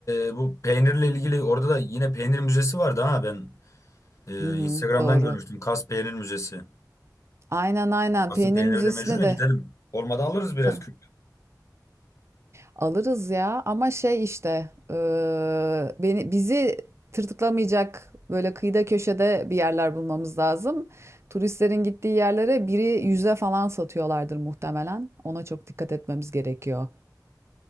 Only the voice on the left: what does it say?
e, bu peynirle ilgili orada da yine peynir müzesi vardı ha ben e,
Instagram'dan
görmüştüm. Kas Peynir Müzesi.
Kas'ın
peyniri
de meşhur ya
gidelim. Olmadı alırız biraz
küp.